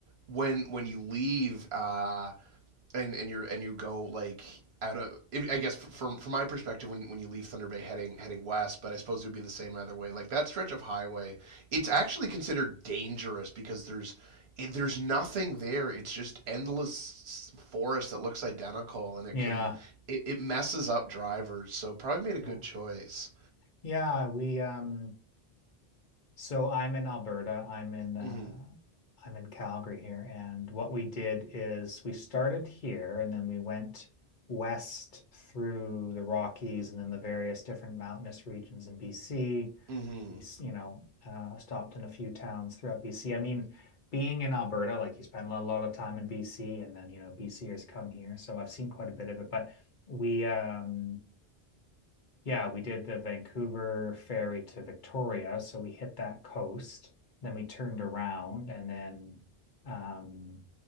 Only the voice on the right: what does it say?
when when you leave, uh, and and you're and you go like out of I guess from from my perspective when when you leave Thunder Bay heading heading west, but I suppose it would be the same either way. Like that stretch of highway, it's actually considered dangerous because there's there's nothing there. It's just endless forest that looks identical, and it
can it, it messes up drivers. So probably made a
good choice.
Mm-hmm.
Mm-hmm.